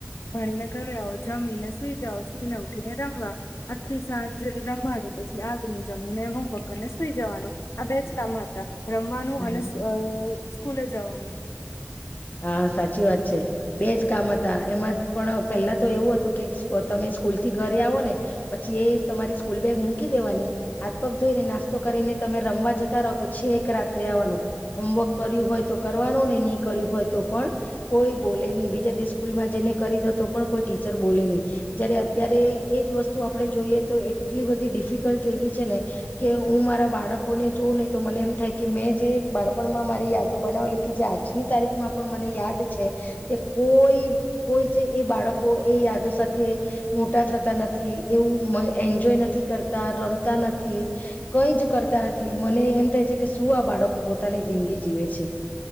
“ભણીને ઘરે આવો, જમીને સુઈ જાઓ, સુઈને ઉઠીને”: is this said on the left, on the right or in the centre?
Left